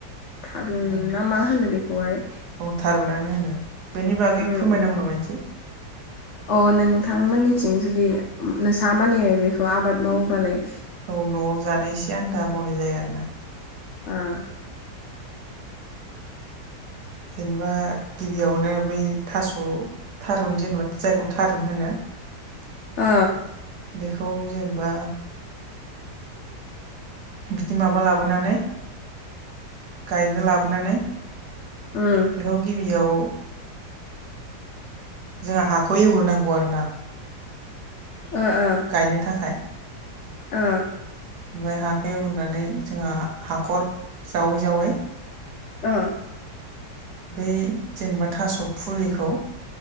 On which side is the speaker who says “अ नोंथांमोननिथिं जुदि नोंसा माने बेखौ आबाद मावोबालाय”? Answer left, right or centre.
Left